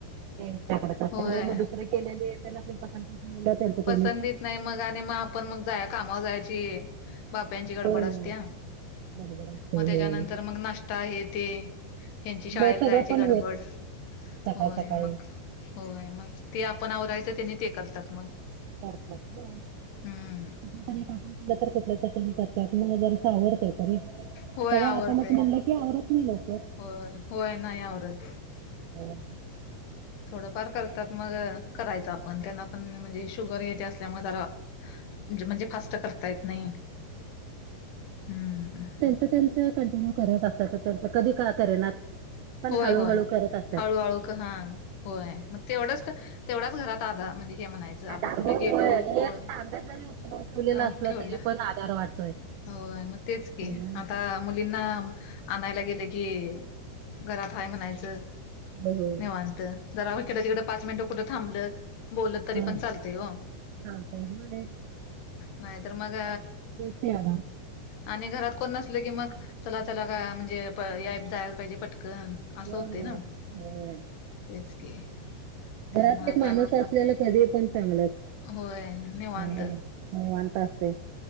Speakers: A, on the right; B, on the left.
A: त्याच्याकडे अस
B: होय
A: मग दुसरे केलेले त्यांना ते पसंद येत नाही. म्हटले त्याचा
B: पसंत
A: त्यानी..
B: येत नाही मग आणि मग आपण मग जा कामावर जायची. बापयांची गडबड
A: होय होय
B: असतेय. ह
A: बरोबर असतंय
B: मग त्याच्यानंतर
A: होय.
B: मग नाश्ता हे तेे ह्यांची शाळेला
A: होय सगळं
B: जायची
A: पण
B: गडबड
A: होत नाही सकाळ
B: होय.
A: सकाळी
B: मग होय. मग ते आपण आवरायचं त्यांनी ते करतात मग
A: करत्यात व्हय.
B: हम्म
A: कुठल तरी एक आपण कुठलं तर त्यानी करतात मग जर सावरते तरी सगळं
B: होय आवरतय
A: आपणच म्हणलं की आवरत नाही लवकर
B: होय होय नाही आवरत.
A: होय.
B: थोडंफार करतात मग करायचं आपण त्यांना पण म्हणजे शुगर हे ते असल्यामुळे जरा म्हणजे फास्ट करता येत नाही हम्
A: त्यांच कंटिन्यू करत असतात त्यांच कधी का करेनात पण
B: होय
A: हळूहळू
B: होय
A: करत असतात
B: हळूहळू क हां होय मग तेवढंच तर तेवढाच घरात आधार म्हणजे हे म्हणायचं.
A: आ
B: आपण कुठे
A: हो हो
B: गेलो
A: एक
B: होय
A: तांब्या जरी उचलून ठेवलेलं
B: अ
A: असलं
B: ठेवला
A: तरी पण आधार वाटतोय.
B: होय मग तेच की
A: होय
B: आता मुलींना आणायला गेलं की, घरात हाय म्हणायचं
A: होय
B: निेवांत जरा इकडे तिकडं पाच मिनिटं कुठं थांबलं बोलत तरी
A: हा,
B: पण चालतय ओ..
A: चालतंय व्हय.
B: नाहीतर मग
A: <inaudible>
B: आणि घरात कोण नसल की मग, चला काय म्हणजे या जायला पाहिजे पटकन. असं
A: होय
B: होतय
A: होय
B: ना.
A: होय
B: तेच की. त्यामुळे
A: घरात
B: आता
A: एक माणूस असलेल कधी पण चांगलच.
B: होय निवांत
A: निवांत असते.